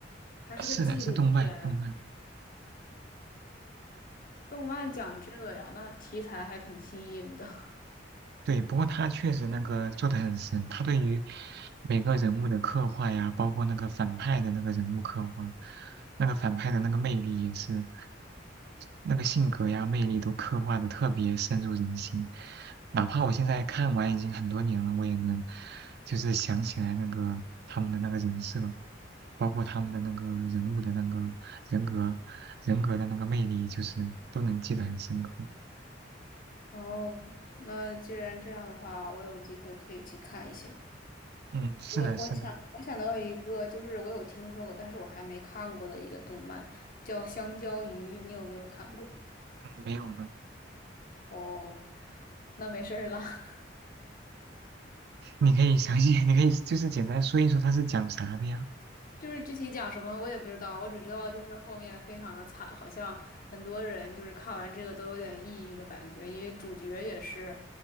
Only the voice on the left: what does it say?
还是个纪录片啊？
动漫讲这个呀，那题材还挺新颖的。<laughs>
哦，那既然这样的话，我有机会可以去看一下。
我有，我想，
我想到一个，就是我有听说过，但是我还没看过的一个动漫，叫《香蕉鱼》，你有没有看过？
哦，那没事儿了。<laughs>
就是具体讲什么我也不知道，我只知道就是后面非常的惨，好像很多人就是看完这个都有点抑郁的感觉，因为主角也是，